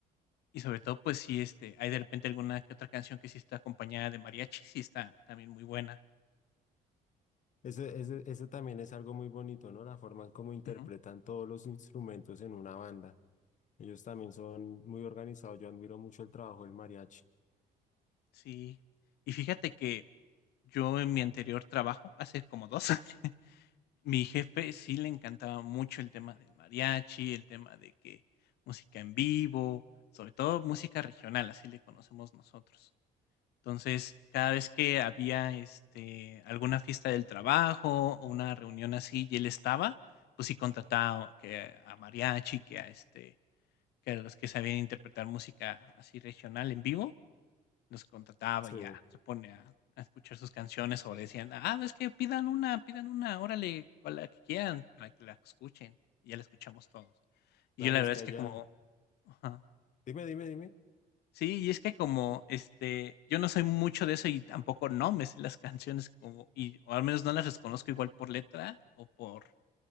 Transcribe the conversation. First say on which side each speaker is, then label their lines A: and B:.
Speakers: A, on the left (about 75°); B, on the left (about 45°).
A: Y sobre todo, pues sí, este, hay de repente alguna que otra canción que sí está acompañada de mariachi, sí está también muy buena.
B: Eso, eso, eso también es algo muy bonito, ¿no? La forma en cómo interpretan
A: Ujú,
B: todos los instrumentos en una banda. Ellos también son muy organizados. Yo admiro mucho el trabajo del mariachi.
A: sí. Y fíjate que yo en mi anterior trabajo, hace como 2 <laughs> mi jefe sí le encantaba mucho el tema del mariachi, el tema de que música en vivo, sobre todo música regional, así le conocemos nosotros. Entonces, cada vez que había, este, alguna fiesta del trabajo o una reunión así y él estaba, pues sí contrataba que a mariachi, que a, este, que a los que sabían interpretar música así regional en vivo, los contrataba
B: Sí,
A: y ya se pone a a escuchar sus canciones o le decían: "Ah, es que pidan una, pidan una, órale, con la que quieran, para que la escuchen", y ya la escuchamos todos. Y
B: claro,
A: yo la verdad
B: es que
A: es
B: allá.
A: que como ajá.
B: Dime, dime, dime.
A: Sí, y es que como, este, yo no soy mucho de eso y tampoco no me sé las canciones como, y, o al menos no las reconozco igual por letra o por